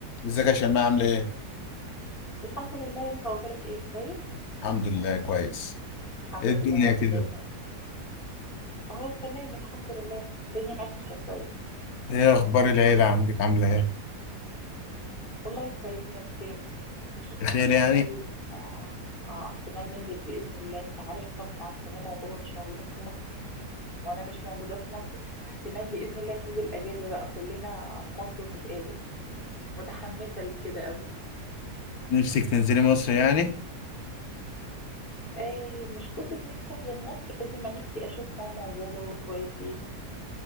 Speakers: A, on the left; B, on the left.
A: ازيك يا شيماء عاملة ايه؟
B: الحمد لله انت اخبارك ايه كويس
A: الحمد لله كويس
B: الحمد
A: ايه الدنيا
B: لله يا رب
A: كده؟
B: دايما اهو تمام الحمد لله الدنيا ماشيه كويس
A: ايه اخبار العيلة عندك عاملة ايه؟
B: والله كويسين بخير هنشوف
A: بخير يعني؟
B: احتمال اه احتمال ننزل باذن الله انت عارف طبعا ماما وبابا مش موجودين في مصر وانا مش موجوده في مصر احتمال باذن الله ننزل اجازه بقى كلنا مصر ونتقابل متحمسه لكده قوي
A: نفسك تنزلي مصر يعني؟
B: آه مش قصه نفسي انزل مصر قد ما نفسي اشوف ماما وبابا واخواتي